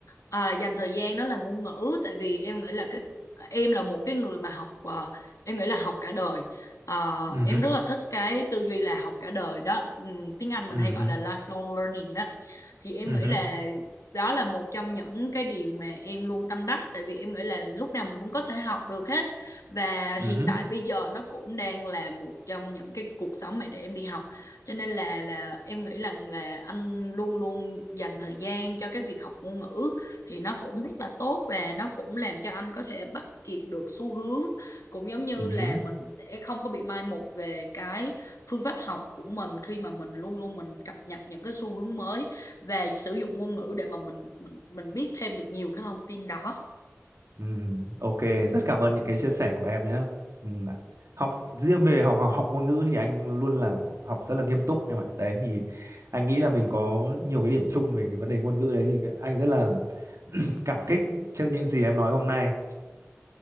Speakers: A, on the left; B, on the right.
A: à, dành thời gian đó là ngôn ngữ tại vì em nghĩ là cái em là một cái người mà học ờ, em nghĩ là học cả đời Ờ,
B: ừ
A: em
B: hứ,
A: rất là thích cái tư duy là học cả đời đó Ừm, tiếng Anh
B: ừ
A: mình hay gọi
B: hứ,
A: là lifelong learning đó thì em
B: ừ
A: nghĩ
B: hứ,
A: là đó là một trong những cái điều mà em luôn tâm đắc tại vì em nghĩ là lúc nào mình cũng có thể học được hết và hiện
B: ừ hứ,
A: tại bây giờ nó cũng đang là một trong những cái cuộc sống mà để em đi học cho nên là là em nghĩ rằng là anh luôn luôn dành thời gian cho cái việc học ngôn ngữ thì nó cũng rất là tốt và nó cũng làm cho anh có thể bắt kịp được xu hướng cũng giống như
B: ừ hứ.
A: là mình sẽ không có bị mai một về cái phương pháp học của mình khi mà mình luôn luôn mình cập nhật những cái xu hướng mới và sử dụng ngôn ngữ để mà mình mình mình biết thêm được nhiều cái thông tin đó
B: Ừ, ok, rất cảm ơn những cái chia sẻ của em nhé. Ừ, ạ. học riêng về học, học học ngôn ngữ thì anh luôn là học rất là nghiêm túc em ạ. Đấy thì anh nghĩ là mình có nhiều cái điểm chung về cái vấn đề ngôn ngữ đấy thì anh rất là <clears throat> cảm kích trước những gì em nói hôm nay.